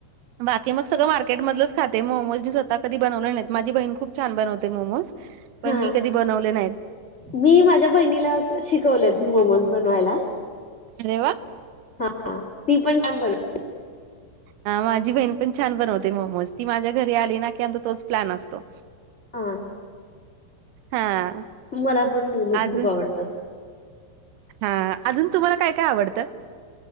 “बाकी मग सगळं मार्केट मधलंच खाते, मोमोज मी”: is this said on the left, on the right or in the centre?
Right